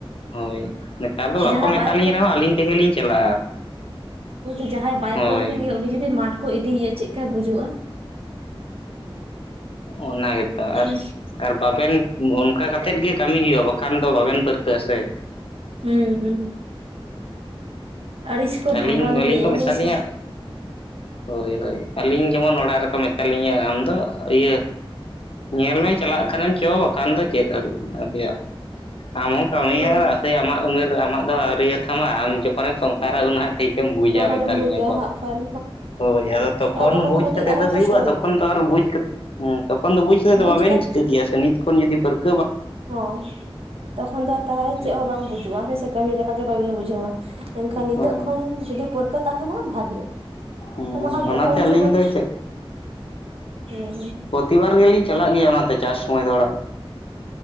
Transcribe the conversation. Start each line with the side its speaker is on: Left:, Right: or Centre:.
Left: ᱦᱳᱭ ᱱᱮᱛᱟᱨ ᱫᱚ ᱵᱟᱠᱚ
Right: ᱡᱟᱦᱟᱸᱭ
Left: ᱢᱮᱛᱟᱞᱤᱧ
Right: ᱵᱟᱭ
Left: ᱨᱮᱦᱚᱸ ᱟᱹᱞᱤᱧ ᱛᱮᱜᱮ ᱞᱤᱧ ᱪᱟᱞᱟᱜᱼᱟ
Right: ᱦᱳᱭᱛᱚ ᱡᱟᱦᱟᱸᱭ ᱵᱟᱭ
Left: ᱦᱳᱭ
Right: ᱯᱟᱹᱨᱠᱟᱹᱭᱟ ᱩᱱᱤ ᱡᱩᱫᱤ ᱢᱟᱴᱷ ᱠᱚ ᱤᱫᱤᱭᱮᱭᱟ ᱪᱮᱫᱠᱟ ᱵᱩᱡᱩᱜᱼᱟ
Left: ᱚᱱᱟ ᱜᱮ ᱛᱚ
Right: ᱦᱮᱸ
Left: ᱟᱨ ᱟᱨ ᱵᱟᱵᱮᱱ ᱚᱱᱠᱟᱛᱮᱫ ᱜᱮ ᱠᱟᱹᱢᱤ ᱦᱩᱭᱩᱜᱼᱟ ᱵᱟᱠᱷᱟᱱ ᱫᱚ ᱵᱟᱵᱮᱱ ᱯᱟᱹᱨᱠᱟᱹᱜᱼᱟ ᱥᱮ
Right: ᱦᱩᱸ ᱦᱩᱸ ᱟᱹᱲᱤᱥ ᱠᱚ
Left: ᱟᱹᱞᱤᱧ
Right: ᱵᱷᱟᱸᱜᱟᱣ
Left: ᱟᱹᱞᱤᱧ
Right: ᱦᱩᱭᱩᱜᱼᱟ
Left: ᱠᱚ ᱢᱮᱛᱟ
Right: ᱦᱮᱸ
Left: ᱞᱤᱧᱟᱹ
Right: ᱥᱮ
Left: ᱦᱳᱭ ᱦᱳᱭ ᱟᱹᱞᱤᱧ ᱡᱮᱢᱚᱱ ᱚᱲᱟᱜ ᱨᱮᱠᱚ ᱢᱮᱛᱟᱞᱤᱧᱟᱹ ᱟᱢ ᱫᱚ ᱤᱭᱟᱹ ᱧᱮᱞ ᱢᱮ ᱪᱟᱞᱟᱜ ᱠᱷᱟᱱᱮᱢ ᱪᱚ ᱵᱟᱠᱷᱟᱱ ᱫᱚ ᱪᱮᱫ ᱟᱨᱚᱢ ᱟ. ᱜᱩᱭᱟ ᱟᱢᱦᱚ ᱠᱟᱹᱢᱤᱭᱟ
Right: ᱦᱩᱸ
Left: ᱥᱮ ᱟᱢᱟᱜ ᱩᱢᱮᱨ ᱟᱢᱟᱜ ᱫᱚ ᱟᱹᱣᱨᱤᱭᱟᱹ ᱛᱟᱢᱟ ᱟᱢ ᱡᱚᱠᱷᱚᱱᱮᱢ ᱥᱚᱝᱥᱟᱨᱟ ᱩᱱ ᱦᱟᱸᱜ ᱴᱷᱤᱠ ᱮᱢ ᱵᱩᱡᱟ
Right: ᱛᱚᱠᱷᱚᱱᱮᱢ
Left: ᱢᱮᱛᱟᱞᱤᱧᱟᱹ
Right: ᱵᱩᱡᱟ
Left: ᱠᱚ
Right: ᱦᱟᱸᱜ ᱠᱷᱟᱱ
Left: ᱦᱳᱭ ᱟᱫᱚ ᱛᱚᱠᱷᱚᱱ
Right: ᱟᱨ
Left: ᱵᱩᱡᱽ
Right: ᱠᱟᱹᱴᱤᱡ
Left: ᱠᱟᱛᱮ
Right: ᱟᱨᱦᱚᱸ
Left: ᱫᱚ ᱦᱩᱭᱩᱜᱼᱟ
Right: ᱠᱚᱥᱴᱚ
Left: ᱛᱚᱠᱷᱚᱱ ᱫᱚ ᱟᱨ ᱵᱩᱡᱽ ᱠᱟᱛᱮ ᱦᱮᱸ ᱛᱚᱠᱷᱚᱱ ᱫᱚ ᱵᱩᱡ ᱠᱮᱫᱛᱮᱫ ᱫᱚ
Right: ᱵᱩᱡᱽ
Left: ᱵᱟᱵᱮᱱ
Right: ᱠᱟᱛᱮ
Left: ᱪᱤᱠᱟᱹ ᱠᱮᱭᱟ ᱥᱮ ᱱᱤᱛ ᱠᱷᱚᱱ ᱡᱩᱫᱤ ᱯᱟᱨᱠᱟᱹ
Right: ᱦᱚᱸ ᱛᱚᱠᱷᱚᱱ ᱫᱚ ᱛᱟᱦᱚᱞᱮ
Left: ᱦᱮᱸ
Right: ᱪᱮᱫ ᱦᱚᱸ ᱵᱟᱝ ᱵᱩᱡᱩᱜᱼᱟ ᱦᱮᱸᱥᱮ ᱠᱟᱹᱢᱤ ᱞᱮᱠᱟᱜᱮ ᱵᱟᱵᱤᱱ ᱵᱩᱡᱷᱟᱹᱣᱟ ᱢᱮᱱᱠᱷᱟᱱ ᱱᱤᱛᱚᱜ
Left: ᱦᱳᱭ
Right: ᱠᱷᱚᱱ ᱡᱩᱫᱤ ᱯᱟᱹᱨᱠᱟᱹ ᱛᱟᱦᱮᱱᱟ ᱵᱷᱟᱜᱮ ᱟ
Left: ᱦᱮᱸ
Right: ᱟᱫᱚ
Left: ᱦᱮᱸ
Right: ᱦᱟᱸᱜ
Left: ᱚᱱᱟᱛᱮ
Right: ᱡᱚᱠᱷᱟᱱ
Left: ᱟᱹᱞᱤᱧ
Right: ᱡᱮᱢᱚᱱ
Left: ᱫᱚ ᱪᱮᱫ
Right: ᱦᱩᱸ
Left: ᱯᱨᱚᱛᱤᱵᱟᱨ ᱜᱮᱞᱤᱧ ᱪᱟᱞᱟᱜ ᱜᱮᱭᱟ ᱚᱱᱟᱛᱮ ᱪᱟᱥ ᱥᱚᱢᱚᱭ ᱫᱚ ᱚᱲᱟᱜ